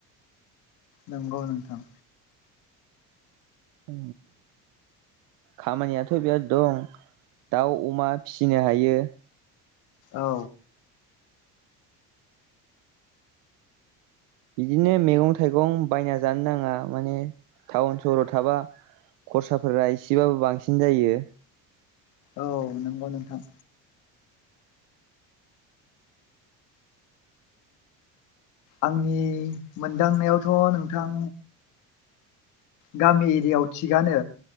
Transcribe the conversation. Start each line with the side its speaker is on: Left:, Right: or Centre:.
Left: नंगौ नोंथां
Right: अ खामानियाथ' बिराद दं दाउ अमा फिसिनो हायो
Left: औ
Right: बिदिनो मैगं थाइगं बायना जानो नाङा माने टाउन सहराव थाबा खरसाफोरा इसेबाबो बांसिन जायो
Left: औ नंगौ नोंथां आंनि मोनदांनायावथ' नोंथां गामि एरियायाव थिगानो